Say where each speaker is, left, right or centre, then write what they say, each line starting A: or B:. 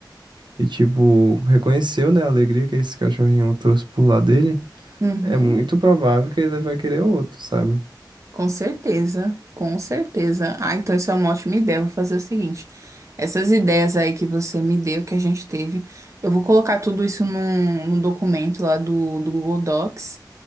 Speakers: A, on the right (about 75°); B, on the right (about 40°).
A: e, tipo, reconheceu, né, a alegria que esse cachorrinho trouxe pro lado dele,
B: Uhum.
A: é muito provável que ele vai querer outro, sabe?
B: Com certeza, com certeza. Ah, então isso é uma ótima ideia. Eu Vou fazer o seguinte: essas ideias aí que você me deu, que a gente teve, eu vou colocar tudo isso num, num documento lá do, do Google Docs.